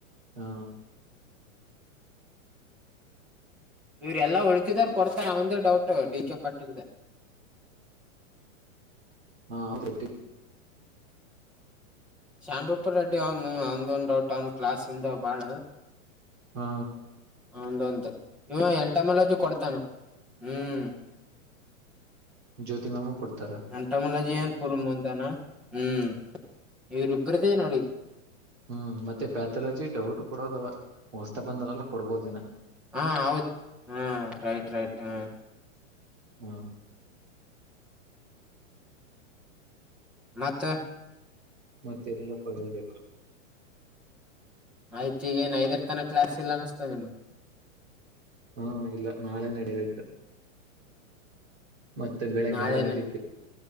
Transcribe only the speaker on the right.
ಹಾ
<unintelligible>
ಹಾ
ಜ್ಯೋತಿ ಮ್ಯಾಮು ಕೊಡ್ತಾರ
ಹ್ಮ್ ಮತ್ತೆ ಪ್ಯಾಥಲಜಿ ಡೌಟ್ ಕೊಡೋದವ ಉಔಸ್ತಾ ಬಂದ್ರಲ್ಲ ಕೊಡ್ಬೋದೇಿನ
ಹಾ
ಮತ್ತೆನರ ಪ ಹೇಳಬೇಕು
ಹಾ ಇಲ್ಲ ನಾಳೆ ನಡೀಲಿ ಇಟ್ಟು ಮತ್ತೆ ಬೆಳಿಗ್ಗೆ
ಆರು ಗಂಟೆೆಗೆ